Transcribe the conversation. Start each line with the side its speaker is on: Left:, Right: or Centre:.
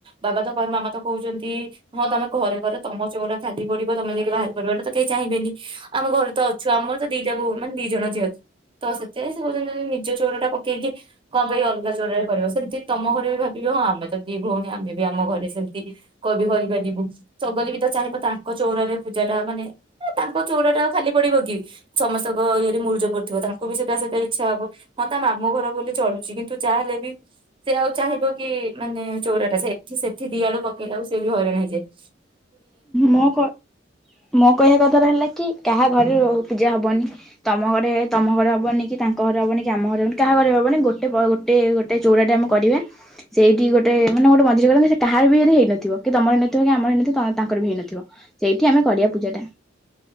Right: ବାବା ତ ମାମା ତ କହୁଛନ୍ତି ହଁ ତମେ ଘରେ କର ତମର ଚଉରା ଖାଲି ପଡିବ ତମେ ଯଦି ବାହାରେ କରିବ ଏଇଟା ତ କେହିଚାହିଁବେନି। ଆମ ଘରେ ତ ଅଛୁ ଆମର ତ ଦିଟା ବୋଉ ମାନେ ଦି ଜଣ ଝିଅ ଅଛି ତ ସେତେଳେ ସେ କହୁଛନ୍ତି ନାଇ ନିଜ ନିଜ ଚଉରା ଟା ପକେଇକି କଁ ପାଇଁ ଇ ଅଲଗା ଚଉରାରେ କରିବ? ସେମିତି ତମ ଘରେ ବି ଭାବିବେ ଆମେ ତ ଦି ଭଉଣୀ ଆମେ ବି ଆମ ଘରେ ସେମିତି କବି କରିପାରିବୁ ଚଗଲି ବି ତ ଚାହିଁବ ତାଙ୍କ ଚଉରରେ ପୂଜା ଟା ମାନେ ଏଁ ତାଙ୍କ ଚଉର ଟା ଆଉ ଖାଲି ପଡିବ କି ସମସ୍ତଙ୍କ ଇଏରେ ମୁରୁଜ ପଡିଥିବ ତାଙ୍କୁ ବି ସେଇଟା ସେଇଟା ଇଚ୍ଛା ହବ। ହଁ ତା ମାମୁଁ ଘର ବୋଲି ଚଳୁଚି କିନ୍ତୁ ଯାହାହେଲେ ବି ସେ ଆଉ ଚାହିଁବ କି ମାନେ ଚଉରାଟା ସେଠି ସେଠି ଦିଆଡୁ ପକେଇଲା କୁ ସେ ବି ହଇରାଣ ହେଇଯିବେ।
Centre: ମୋ କ ମୋ କହିବା କଥାଟା ହେଲା କି କାହା ଘରେ ର ପୂଜା ହବନି। ତମ ଘରେ ତମ ଘରେ ହବନି କି ତାଙ୍କ ଘରେ ହବନି କି ଆମ ଘରେ ହେବନି କାହା ଘରେ ହବନି ଗୋଟେ ପରେ ଗୋଟେ ଏ ଚଉରାଟେ ଆମେ କରିବା। ସେଇଠି ଗୋଟେ ମାନେ ଗୋଟେ ମଝିରେ କରନ୍ତେ ସେ କାହାର ବି ଯଦି ହେଇନଥିବ କି ତମ ହେଇନଥିବ କି ଆମର ହେଇନଥିବ। ତାଙ୍କର ବି ହେଇନଥିବ ସେଇଠି ଆମେ କରିବା ପୂଜାଟା।